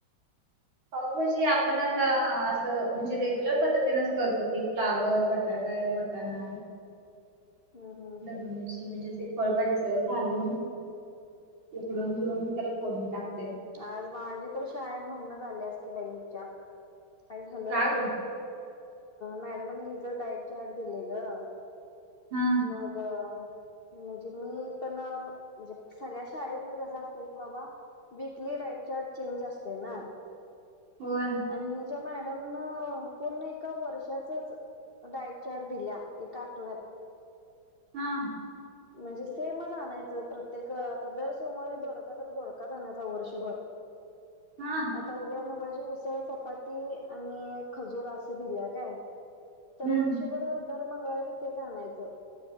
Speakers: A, on the right; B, on the left.
A: पाव भाजी आपण आता असं म्हणजे रेग्युलर करत फ्लावर बटाटा. त्यांना.
B: हम्म हम्म
A: ढोबळी मिरची म्हणजे फळभज्या सगळं घालून उकडून
B: हा
A: घेऊन त्याला. फोडणी टाकतंय.
B: आज माझी तर शाळेत भांडण झाले असते बाई इचा काय झालं
A: का ग
B: मॅडमनी हिचं डाईट चार्ट दिलेय गं
A: हम,
B: मगं. म्हणजे मी तानं सगळ्या शाळेत मी कसं असते की बाबा विकली डाईट चार्ट चेंज असते ना.
A: होय.
B: आणि ह ज्या मॅडम न पूर्ण एका वर्षाचच डायट चार्ट दिल्या एका आठवड्यात.
A: हा.
B: म्हणजे सेमचं आणायचं प्रत्येक आता दर सोमवारी धोडका तर धोडका आणायचं वर्षभर.
A: हा.
B: आता उद्या मुगाची उसळ चपाती आणि खजुर असं दिल्या काय. तर
A: हम्म
B: वर्षभर दर मंगळवारी तेच आणायचं